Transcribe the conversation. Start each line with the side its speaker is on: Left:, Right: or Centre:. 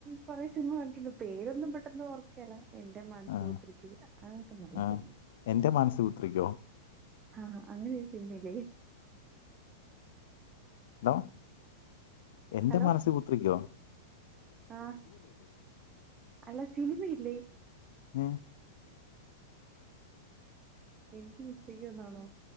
Right: കൊറെ സിനിമ കണ്ടിട്ടുണ്ട്. പേരൊന്നും പെട്ടെന്ന് ഓർക്കേല്ല. എന്റെ മാനസപുത്രിക്ക്
Left: ആഹ്
Right: അതൊക്കെ നല്ല
Left: ആഹ്
Right: സിനിമേ
Left: എന്റെ മാനസപുത്രിക്കോ
Right: ആഹ അങ്ങനെ ഒരു സിനിമിലെ?
Left: ഹലോ എന്റെ
Right: ഹലോ
Left: മാനസ പുത്രിക്ക്യോ?
Right: ആഹ് അല്ല സിനിമ ഇല്ലേ?
Left: ഏഹ്
Right: എനിക്ക് മിസ്റ്റേയ്ക് വന്നാണോ.